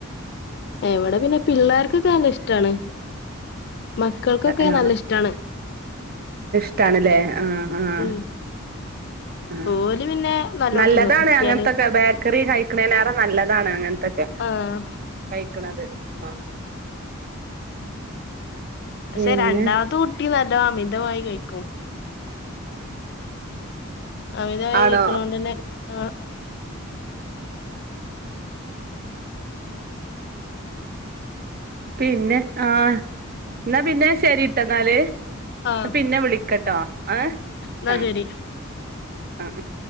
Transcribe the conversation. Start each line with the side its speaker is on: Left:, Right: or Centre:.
Left: ഇവിടെ പിന്നെ പിള്ളേർക്കൊക്കെ നല്ല ഇഷ്ടാണ് മക്കൾക്കൊക്കെ
Right: ആ
Left: നല്ല ഇഷ്ടാണ്
Right: ഇഷ്ട്ടം ആണില്ലേ ആഹ് ആ
Left: ഉം
Right: ആ ആ
Left: ഓല് പിന്നെ നല്ലോ
Right: നല്ലതാണ്
Left: തിന്നും കിട്ടിയാല്.
Right: അങ്ങനത്തെൊക്കെ ബേക്കറി കൈ- ലേറെ <unintelligible> നല്ലതാണ് അങ്ങനെ- അതൊക്കെ
Left: ആഹ്
Right: കഴിക്കണത് ആ
Left: പക്ഷെ
Right: പിന്നെ
Left: രണ്ടാമത്തെ കുട്ടി നല്ല <unintelligible> അമിതമായി കഴിക്കും അമിതായി
Right: ആണോ
Left: കഴിക്കുണോണ്ടെന്നെ ആ
Right: പിന്നെ ആഹ് ന്നാ പിന്നെ ശരിട്ടോ എന്നാല്
Left: ആഹ്
Right: പിന്നെ വിളിക്കട്ടോ ആഹ്
Left: ന്നാ
Right: ആഹ്
Left: ശരി.
Right: ആ ഉം